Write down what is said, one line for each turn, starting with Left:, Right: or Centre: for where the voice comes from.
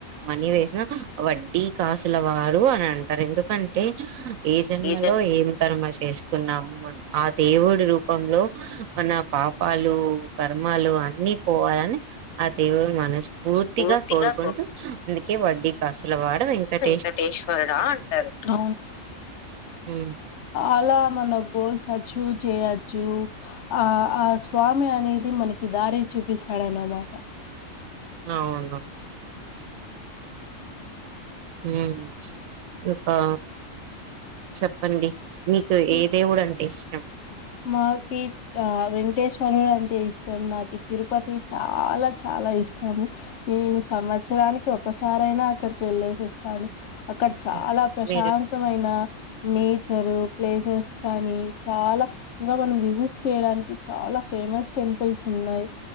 Right: మనీ వేసిన వడ్డీ కాసుల వాడు అని అంటారు, ఎందుకంటే ఏ జన్మలో
Left: రీజన్
Right: ఏం కర్మ చేసుకున్నాము అన్ ఆ దేవుడి రూపంలో మన పాపాలు కర్మలు అన్నీ పోవాలని ఆ దేవుడు మనస్ఫూర్తిగా
Left: పూర్తిగా
Right: కోరుకుంటూ అందుకే వడ్డీ కాసలవాడ వెంకట
Left: వెంటేశ్వరుడ అంటారు
Right: ఉమ్
Left: అలా మన గోల్స్ అచీవ్ చేయచ్చు, ఆ ఆ స్వామి అనేది మనకి కి దారిని చూపిస్తాడన్నమాట
Right: అవును ఉమ్ ఇపా చెప్పండి మీకు
Left: ఉమ్,
Right: ఏ దేవుడు అంటే ఇష్టం?
Left: మాకి ఆ వెేంకటేశ్వరుడు అంటే ఇష్టం, నాకి తిరుపతి చాలా చా చాలా ఇష్టం, నేను సంవత్సరానికి ఒకసారైనా అక్కడికి వెళ్ళేసి వస్తాను. అక్కడ చాలా
Right: అవును.
Left: ప్రశాంతమైన
Right: మీరు
Left: నేచరు ప్లేసెస్ కానీ చాలా ఇంకా మనం విజిట్ చేయడానికి చాలా ఫేమస్ టెంపుల్స్ ఉన్నాయి,